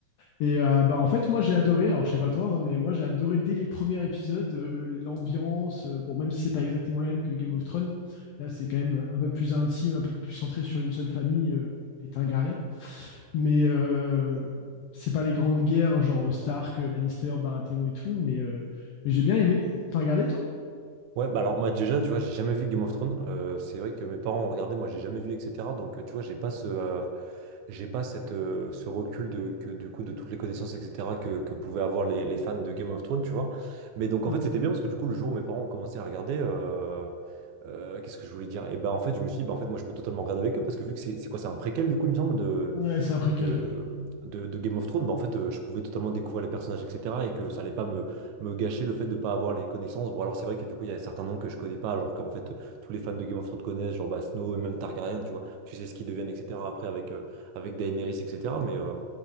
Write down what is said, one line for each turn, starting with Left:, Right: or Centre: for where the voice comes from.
Left: Et euh, bah, en fait, moi j'ai adoré, alors je sais pas toi, hein, mais moi j'ai adoré dès les premiers épisodes, euh, l'ambiance, euh, bon, même si c'est pas exactement la même que Game of Thrones, là c'est quand même un peu plus intime, un peu plus centré sur une seule famille, euh, les Targaryens. Mais euh, c'est pas les grandes guerres, genre Stark, Lannister, Baratheon et tout, mais, euh, mais j'ai bien aimé. T'as regardé, toi
Right: Ouais, bah alors moi déjà, tu vois, j'ai jamais vu Game of Thrones. Euh, c'est vrai que mes parents ont regardé, moi j'ai jamais vu, etc. Donc euh, tu vois, j'ai pas ce, euh, j'ai pas cette, euh, ce recul de, que, du coup, de toutes les connaissances, etc., que, que pouvaient avoir les, les fans de Game of Thrones, tu vois. Mais donc, en
Left: mmh.
Right: fait, c'était bien parce que du coup, le jour où mes parents ont commencé à regarder, euh, euh, qu'est-ce que je voulais dire? Et bah, en fait, je me suis dit, bah, en fait, moi, je peux totalement regarder avec eux parce que vu que c'est c'est quoi, c'est un préquel, du coup, il me semble, de,
Left: Ouais, c'est après
Right: de,
Left: quel
Right: de, de Game of Thrones, bah, en fait, euh, je pouvais totalement découvrir les personnages, etc., et que ça allait pas me, me gâcher le fait de pas avoir les connaissances. Bon, alors, c'est vrai que du coup, il y a certains noms que je connais pas, alors qu'en fait, tous les fans de Game of Thrones connaissent, genre bah, Snow et même Targaryen, tu vois, tu sais ce qu'ils deviennent, etc., après, avec. euh, avec Daenerys, etc. Mais, euh,